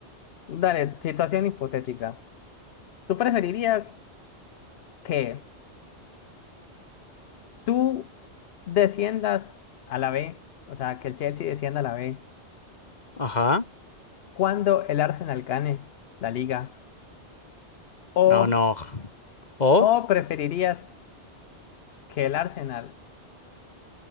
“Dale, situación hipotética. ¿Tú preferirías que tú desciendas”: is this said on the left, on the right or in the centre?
Left